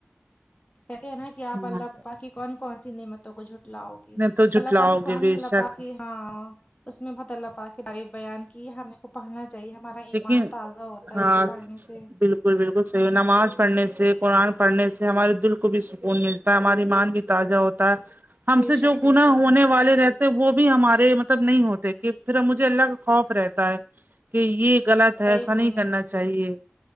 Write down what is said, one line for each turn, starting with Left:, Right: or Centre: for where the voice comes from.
Left: کہتے ہیں نا کہ آپ
Right: ہاں
Left: اللہ پاک کی کون کون سی نعمتوں کو جھٹ لاؤ
Right: نہ تو جھٹلاؤ
Left: اللہ پا نے قرآن
Right: گے بے
Left: میں اللہ
Right: شک
Left: پاک کی ہاں اس میں بہت اللہ پا کے تعریف بیان کہ ہمیں اس کو پڑھنا چاہیئے ہمارا
Right: لیکن
Left: ایمان تازہ ہوتا
Right: ہاں
Left: ہے اس کو پڑھنے سے
Right: بالکل بالکل صحیح نماز پڑھنے سے قرآن پڑھنے سے ہمارے دل کو بھی سکون مل تا ہے ہماری مان بھی تازہ ہوتا ہے ہم
Left: بے
Right: سے
Left: شک
Right: جو
Left: بے
Right: گناہ
Left: شک
Right: ہونے والے رہت وہ بھی ہمارے مطلب نہیں ہوتے کہ پھر ہم مجھے اللہ کا خوف رہتے کہ یہ غلط ہے
Left: صحیح
Right: ایسا
Left: بول
Right: نہیں
Left: رہی ہیں
Right: کرنا چاہیے